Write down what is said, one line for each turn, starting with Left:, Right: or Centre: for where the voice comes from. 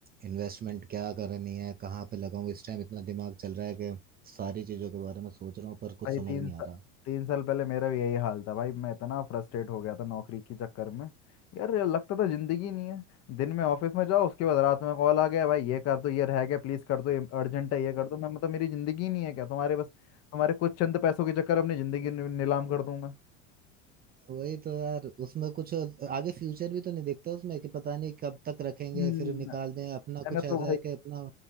Right: इन्वेस्टमेंट क्या करनी है कहाँ पे लगाऊं इस टाइम इतना दिमाग चल रहा है कि सारी चीजों के बारे में सोच रहा हूँ पर कुछ
Left: भाई
Right: समझ
Left: तीन
Right: नहीं
Left: सा,
Right: आ रहा
Left: तीन साल पहले मेरा भी यही हाल था भाई मैं इतना फ्रस्ट्रेट हो गया था नौकरी के चक्कर में यार ये लगता था जिंदगी ही नहीं है दिन में ऑफिस में जाओ उसके बाद रात में कॉल आ गया भाई ये कर दो ये रह गया प्लीज कर दो ये अर्जेंट है ये कर दो मैं मतलब मेरी जिंदगी ही नहीं है क्या तुम्हारे बस तुम्हारे कुछ चंद पैसों के चक्कर में अपनी जिंदगी नि- नीलाम कर दूं मैं
Right: वही तो यार उसमें कुछ आगे फ्यूचर भी तो नहीं देखता उसमें कि पता नहीं कब तक रखेंगे
Left: हम्म
Right: फिर निकाल दें अपना
Left: मैंने
Right: कुछ
Left: तो
Right: ऐसा
Left: भाई
Right: है कि अपना